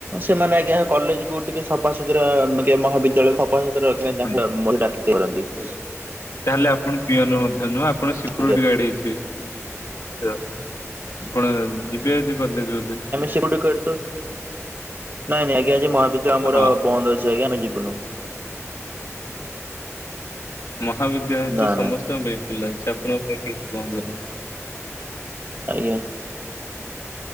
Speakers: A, on the right; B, on the left.
A: ସେମାନେ ଆଜ୍ଞା କଲେଜ କୁ ଟିକେ ସଫାସୁତୁରା ମହାବିଦ୍ୟାଳୟ ସଫା
B: ହୁଁ,
A: <unintelligible>
B: ତାହେଲେ ଆପଣ ପିଅନ ମଧ୍ୟ ନୁହଁ ଆପଣ ସିକୁରିଟି
A: ଆଜ୍ଞା
B: ଗାଡ ହେଇ ଥିବେ ଆପଣ ଯିବେ ଆଜି କଲେଜ ବୋଧେ?
A: ସିକୁରିଟି ନାଇଁ ନାଇଁ ଆଜ୍ଞା ଆଜି ମହାବିଦ୍ୟାଳୟ ଆମର
B: ହଁ।
A: ବନ୍ଦ ଅଛି ଆଜ୍ଞା ଆମେ ଯିବୁନୁ।
B: ମହାବିଦ୍ୟାଳୟ
A: ନା
B: ତ ସମସ୍ତଙ୍କ
A: ନା
B: ପାଇଁ <unintelligible>
A: ଆଜ୍ଞା।